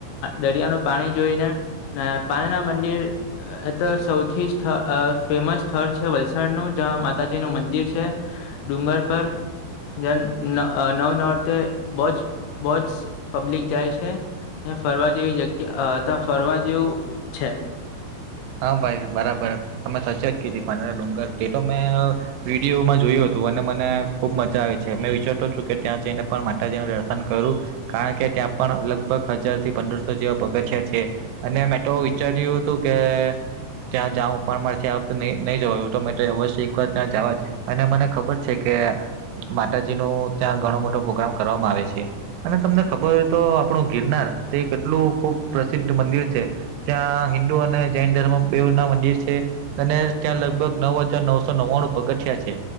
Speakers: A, on the left; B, on the right.
A: દરિયાના પાણી જોઈને પાણીના મંદિર એ તો સૌથી સ્થ ફેમસ સ્થળ છે વલસાડનું જ્યાં માતાજીનું મંદિર છે. ડુંગર પર જ્યાં નવ નવ નોરતે બોજ બોજ પબ્લિક જાય છે ફરવા જેવી જગ્યા ત્યાં ફરવા જેવું છે
B: હા ભાઈ બરાબર તમે સાચેજ કીધી પાંનેરા ડુંગર તે તો મેં અ વિડીયોમાં જોયું હતું અને મને ખુબ મજા આવે છે મેં વિચારતો છું કે ત્યાં જઈને પણ માતાજીને દર્શન કરું. કારણ કે ત્યાં પણ લગભગ હજારથી પંદરસો જેવા પગથીયા છે. અને મેં તો વિચાર્યું હતું કે ત્યાં જાઉં પણ મારે વખતે નહી જવા ઓટોમેટ અવશ્ય એક વાર ત્યાં જવા જ અને મને ખબર છે કે માતાજીનો ત્યાં ઘણો મોટો પ્રોગ્રામ કરવામાં આવે છે. અને તમને ખબર હોય તો આપણું ગિરનાર તે કેટલું ખુબ પ્રસિદ્ધ મંદિર છે. ત્યાં હિન્દુ અને જૈન ધર્મ બેવ ના મંદિર છે અને ત્યાં લગભગ નવ હજાર નવસો નવ્વાણું પગથયા છે.